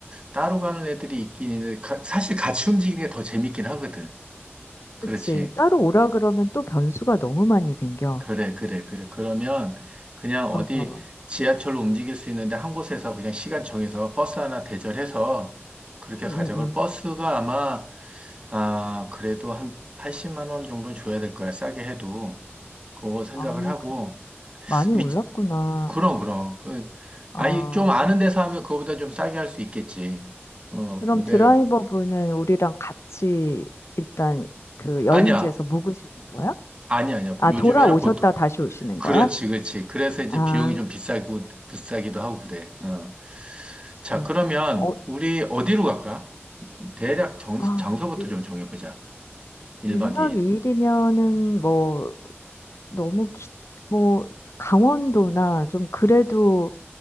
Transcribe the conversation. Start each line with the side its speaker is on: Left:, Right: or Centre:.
Right: 따로 가는 애들이 있긴 있는데, 가- 사실 같이 움직이는 게 더 재밌긴 하거든. 그렇지.
Left: 그치. 따로 오라 그러면 또 변수가 너무 많이 생겨.
Right: 그래, 그래, 그래. 그러면 그냥 어디
Left: 어, 어.
Right: 지하철로 움직일 수 있는데 한 곳에서 그냥 시간 정해서 버스 하나 대절해서 그렇게
Left: 응,
Right: 가져갈
Left: 응, 응.
Right: 버스가 아마, 아, 그래도 한 80만 원 정도 줘야 될 거야. 싸게 해도. 그거 생각을
Left: 아,
Right: 하고.
Left: 그- 많이
Right: 위,
Left: 올랐구나.
Right: 그럼, 그럼. 그, 아니,
Left: 아,
Right: 좀 아는 데서 하면 그거보다 좀 싸게 할 수 있겠지. 어,
Left: 그럼
Right: 근데,
Left: 드라이버분은 우리랑 같이 일단 그 여행지에서
Right: 아니야.
Left: 묵으시는 거야?
Right: 아니야, 아니야.
Left: 아,
Right: 요즘에는
Left: 돌아오셨다
Right: 보통,
Left: 다시 오시는
Right: 그렇지,
Left: 거야?
Right: 그렇지. 그래서 이제
Left: 아,
Right: 비용이 좀 비싸고, 비싸기도 하고 그래. 어. 자,
Left: 음.
Right: 그러면
Left: 어,
Right: 우리 어디로 갈까? 대략 정,
Left: 아,
Right: 장소부터
Left: 일,
Right: 좀 정해보자. 1박
Left: 1박
Right: 2일.
Left: 2일이면은 뭐 너무 기, 뭐 강원도나 좀 그래도